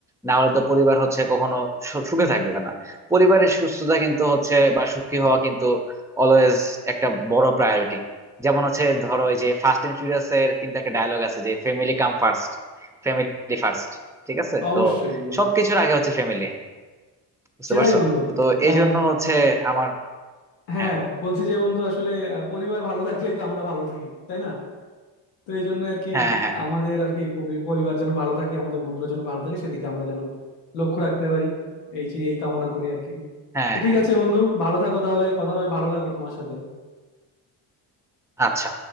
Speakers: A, in the centre; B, on the left.
A: না হলে তো পরিবার হচ্ছে কখনো সু- সুখে থাকবে না পরিবারের সুস্থতা কিন্তু হচ্ছে বা সুখী হওয়া কিন্তু অলওয়েজ একটা বড় প্রায়োরিটি যেমন হচ্ছে ধরো এই যে ফার্স্ট এন্ড ফিউরিয়াস এর কিন্তু একটা ডায়লগ আছে যে family come first family first ঠিক আছে
B: অবশ্যই
A: তো
B: বন্ধু
A: সবকিছুর আগে হচ্ছে ফ্যামিলি বুঝতে
B: সেটাই
A: পারছো
B: বন্ধু
A: তো এই
B: আহ
A: জন্য হচ্ছে আমার
B: হ্যাঁ
A: হ্যাঁ
B: হ্যাঁ, বলছি যে বন্ধু আসলে আহ, পরিবার ভালো থাকলেই তো আমরা ভালো থাকি তাই না তো এই জন্য আর কি
A: হ্যাঁ হ্যাঁ
B: আমাদের আর কি পরি- পরিবার যেন ভালো থাকে আমাদের বন্ধুরা যেন ভালো থাকে সেদিকে আমরা যেন লক্ষ্য রাখতে পারি এই যে- এই কামনা করি আর কি
A: হ্যাঁ
B: তো ঠিক
A: হ্যাঁ
B: আছে বন্ধু ভালো থাকো তাহলে কথা হবে ভালো লাগলো তোমার সাথে
A: আচ্ছা